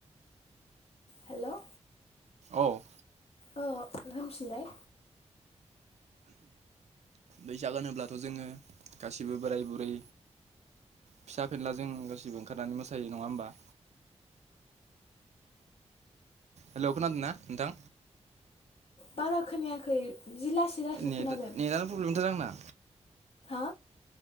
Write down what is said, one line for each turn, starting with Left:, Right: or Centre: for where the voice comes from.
Left: हेल'।
Right: औ।
Left: अ होनफिनलाय?
Right: बैसागो होनोब्लाथ' जोङो गासिबो बोराय बुरै फिसा फेनला जों गासिबो ओंखारनानै मोसायो नङा होमबा? हेलौ खोनादों ना नोंथां?
Left: बारा खोनायाखै जि लासै लासै
Right: नेट
Left: खोनादों
Right: नेटनो प्रब्लेमथार आंना।
Left: हा